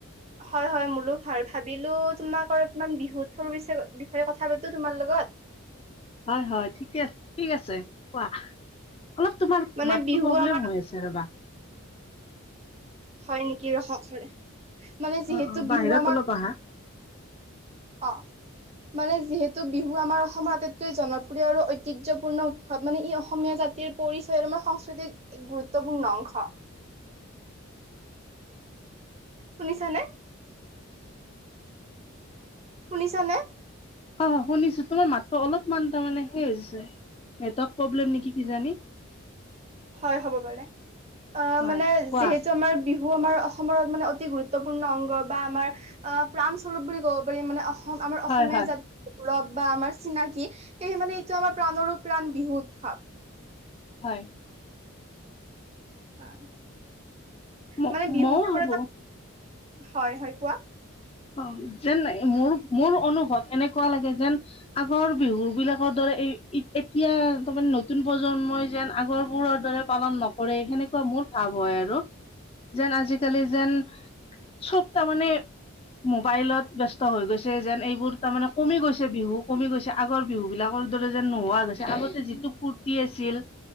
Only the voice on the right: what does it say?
হয় হয় মোৰো ভাল। ভাবিলো তোমাক অলপমান বিহুৎ শুভে, বিষয়ে কথা পাতো তোমাৰ লগত। <inaudible>
মানে
বিহু
আমাৰ
হয় নেকি। ৰখক মানে যিহেতু
বিহু
আমাৰ
অ। মানে যিহেতু বিহু আমাৰ অসমৰ আটাইতকৈ জনপ্ৰিয় আৰু ঐতিহ্যপূৰ্ণ উৎসৱ। মানে ই অসমীয়া জাতিৰ পৰিচয় আমাৰ সংস্কৃতিৰ এক গুৰুত্বপূৰ্ণ অংশ শুনিছানে? শুনিছানে?
হয় হ'ব পাৰে। অ
মানে
যিহেতু আমাৰ বিহু বহু আমাৰ অসম মানে অতি গুৰুত্বপূৰ্ণ অংগ বা আমাৰ অ প্ৰাণস্বৰূপ বুলি ক'ব পাৰি মানে অসম আমাৰ অসমীয়া
জাতি লভ বা আমাৰ চিনাকি। সেয়ে মানে এইটো আমাৰ প্ৰাণৰো প্ৰাণ বিহু উৎসৱ।
হয়।
মান বিহু
কেব
হয় হয়। কোৱা?